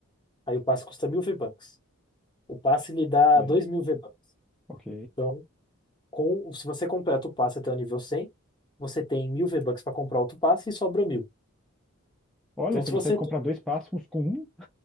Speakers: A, on the left (about 20°); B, in the centre.
A: Aí o passe custa mil V-Bucks. O passe lhe dá
B: Ok.
A: dois mil V-Bucks.
B: Ok.
A: Então, com, se você completa o passe até o nível 100, você tem mil V-Bucks para comprar outro passe e sobra mil.
B: Olha,
A: Então,
B: você
A: se
B: consegue
A: você.
B: comprar dois passes com um?